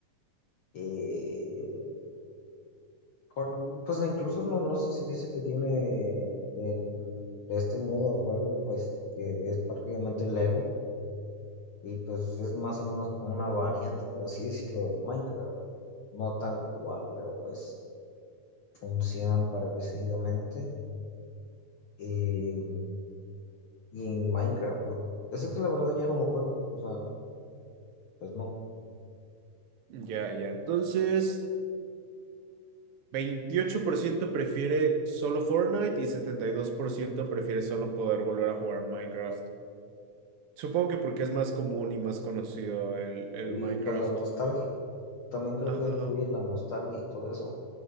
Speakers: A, on the left; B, on the right.
A: eh, Cor- Pues incluso no, no sé si dice que tiene el, este modo de juego, pues que es prácticamente Lego y pues es más o menos como una variante, por así decirlo, de Minecraft. No tal cual, pero pues funcionan parecidamente. Y, y en Minecraft, pues, es que la verdad ya no lo juego, o sea, pues no.
B: Ya, ya. Entonces, 28% prefiere solo Fortnite y 72% prefiere solo poder volver a jugar Minecraft. Supongo que porque es más común y más conocido el, el
A: Y
B: Minecraft.
A: pues la nostalgia, también creo
B: Ajá.
A: que influye la nostalgia y todo eso.